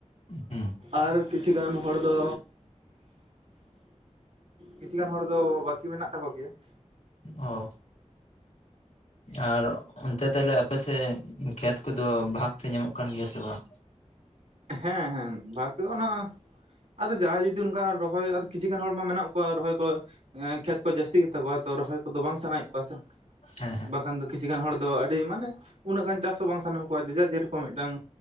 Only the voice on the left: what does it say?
ᱦᱩᱸ
ᱚ ᱟᱨ ᱚᱱᱛᱮ ᱛᱟᱦᱚᱞᱮ ᱟᱯᱮ ᱥᱮᱫ ᱠᱷᱮᱛ ᱠᱚ ᱫᱚ ᱵᱷᱟᱜᱽ ᱛᱮ ᱧᱟᱢᱚᱜ ᱠᱟᱱ ᱜᱮᱭᱟ ᱥᱮ ᱵᱟᱝ?
ᱦᱮᱸ ᱦᱮᱸ